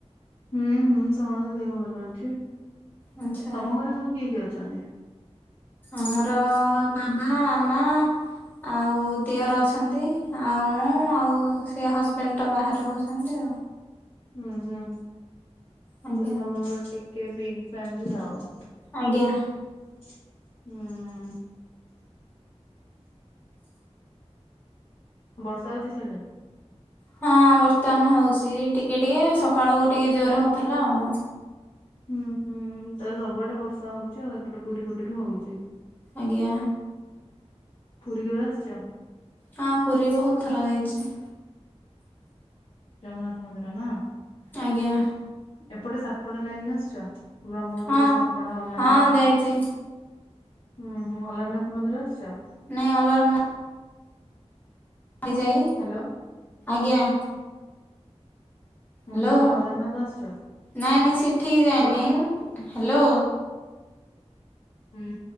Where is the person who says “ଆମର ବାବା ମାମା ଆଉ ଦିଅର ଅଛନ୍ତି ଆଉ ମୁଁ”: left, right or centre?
Left